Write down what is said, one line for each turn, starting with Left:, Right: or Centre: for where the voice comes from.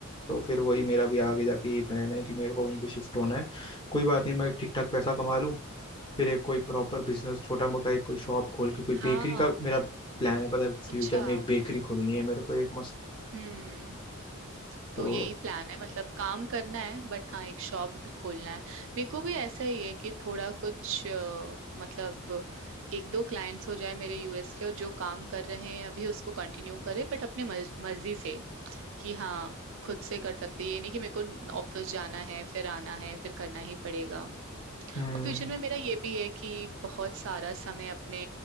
Left: तो फिर वही मेरा भी आगे जाके यही प्लान है कि मेरे को वहीं पे शिफ्ट होना है कोई बात नहीं मैं ठीक ठाक पैसा कमा लूँ फिर एक कोई प्रॉपर बिजनेस छोटा मोटा एक कोई शॉप खोल के कोई
Right: हाँ
Left: बेकरी का मेरा प्लान है पता है फ्यूचर
Right: अच्छा
Left: में एक बेकरी खोलनी है मेरे को एक मस्त
Right: हम्म
Left: तो
Right: तो यही प्लान है मतलब काम करना है बट हाँ एक शॉप खोलना है मेरे को भी ऐसा ही है कि थोड़ा कुछ अ, मतलब एक दो क्लाइंट्स हो जाए मेरे यूएस के और जो काम कर रहे हैं अभी उसको कंटिन्यू करे बट अपने मर्ज, मर्जी से कि हाँ खुद से कर सकते ये नहीं कि मेरे को ऑफिस जाना है फिर आना है फिर करना ही पड़ेगा और
Left: हम्म
Right: फ्यूचर में मेरा ये भी है कि बहुत सारा समय अपने